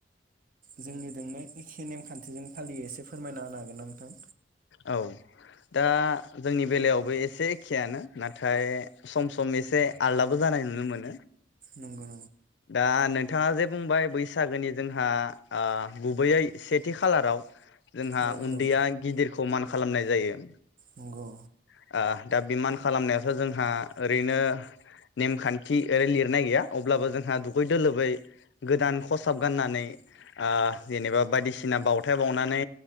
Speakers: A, on the right; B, on the left.
A: जोंनिजोंनो एखे नेमखान्थिजों फालियो एसे फोरमायना हागोन ना नोंथां
B: औ दा जोंनि बेलायावबो एसे एखेयानो नाथाय सम सम एसे आलदाबो जानाय नुनो मोनो
A: नंगौ
B: दा नोंथाङा जे बुंबाय बैसागोनि जोंहा ओ गुबैयै सेथि खालाराव जोंहा
A: औ
B: उन्दैया
A: औ
B: गिदिरखौ मान खालामनाय जायो
A: नंगौ।
B: ओ दा बे मान खालामनायावथ' जोंहा ओरैनो ओ नेमखान्थि ओरै लिरनाय गैया अब्लाबो जोंहा दुगै दोलोबै गोदान खसाब गाननानै ओ जेनेबा बायदिसिना बावथाय बावनानै